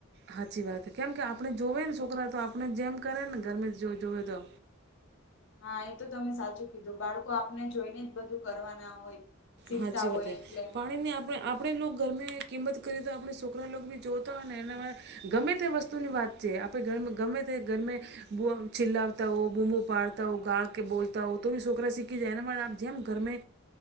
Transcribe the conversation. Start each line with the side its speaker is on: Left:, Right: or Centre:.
Right: હાચી વાત કેમ કે આપણે જોવે ને છોકરા તો આપણે જેમ કરે ને ગરમે જો જોવેએ તો
Left: હા એ તો તમે સાચું કીધું બાળકો આપને જોઈ ને જ બધું કરવા ના હોય શીખતા
Right: હાચી વાતે
Left: હોય એટલે.
Right: પાણીની આપણે આપણે લો ઘરમે કિંમત કરીએ તો આપણે છોકરા લોકો બી જોતા હોય ને એના ગમે તે વસ્તુ ની વાત છે, આપણે ધર ગમે તે ગરમે બુ આમ ચિલ્લાવતા હો બુંમ પાડતા હો ગાળ કે બોલતા હો તોબી છોકરા સીખી જાય અને મને આપ જે ઘરમે